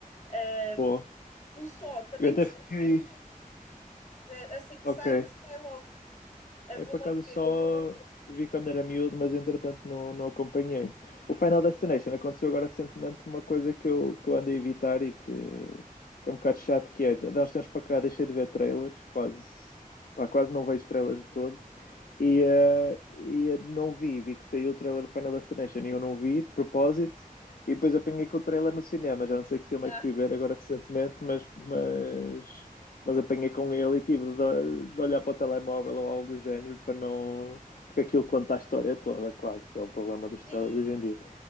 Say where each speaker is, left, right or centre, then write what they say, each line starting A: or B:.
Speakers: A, on the left; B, on the left.
A: Ah,
B: Boa.
A: o Só também
B: Eu até
A: costumo
B: fiquei.
A: ver sempre. É, Assim que
B: Ok.
A: sai, sai logo. Eu
B: Eu
A: vou
B: por
A: logo
B: acaso
A: ver.
B: só vi quando era miúdo, mas entretanto não, não acompanhei. O Final Destination aconteceu agora recentemente uma coisa que eu, que eu ando a evitar e que, que é um bocado chato, que é, nós temos para cá, deixei de ver trailers, quase, pá, quase não vejo trailers de todo. E, eh, e não vi, vi que saiu o trailer de Final Destination e eu não vi, de propósito, e depois apanhei com o trailer no cinema. Já não sei que filme
A: Ah,
B: é que fui ver agora recentemente, mas, mas, mas apanhei com ele e tive de, de olhar para o telemóvel ou algo do género para não. Porque aquilo conta a história toda, quase, que é o problema dos trailers
A: e-
B: hoje em dia.